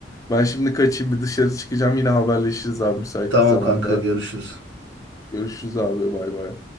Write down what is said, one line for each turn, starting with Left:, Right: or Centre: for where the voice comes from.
Left: Ben şimdi kaçayım bir dışarı çıkacağım. Yine haberleşiriz abi müsait
Right: Tamam
Left: bir zamanda.
Right: kanka görüşürüz.
Left: Görüşürüz abi bay bay.